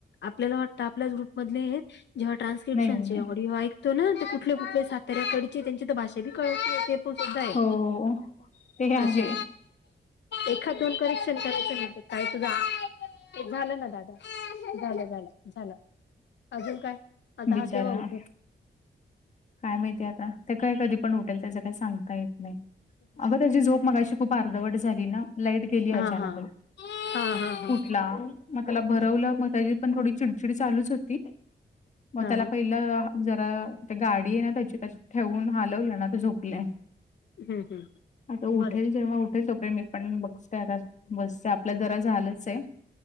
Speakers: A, on the left; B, on the left.
A: आपल्याला वाटतं आपल्याच ग्रुप मधले आहेत. जेव्हा ट्रान्स्क्रिप्शनचे
B: नाही नाही नाही
A: ऑडिओ ऐक तो ना, ते कुठले कुठले साताऱ्याकडचे त्यांची तर भाषा बी कळत नाही, ते पण सुद्धा आहे.
B: हो ते आहे
A: अशे, एखाद दोन करेक्शन करायचे नाही तर काही तुझा, ये झालं ना दादा झालं झालं. झालं, अजून काय, आता
B: बिचारा
A: हा केव्हा उठेल?
B: काय माहिती आता? ते काय कधी पण उठेल त्याचं काही सांगता येत नाही? अगं त्याची झोप मगा अशी खूप अर्धवट झाली ना, लाईट गेली
A: हा
B: अचानकच.
A: हा हा हा हा.
B: ला, म त्याला भरवलं म त्याची पण थोडी चिडचिड चालूच होती. मग
A: हा
B: त्याला
A: हा
B: पहिलं, जरा ते गाडी आहे ना त्याची त्या ठेवून हलवलं ना ते झोपलाय.
A: हम्म हम्म
B: आता उठेल
A: बरं
B: जेव्हा उठेल तो पर्यंत मी पण बघ ते आता बसते, आपलं जरा झालंच आहे.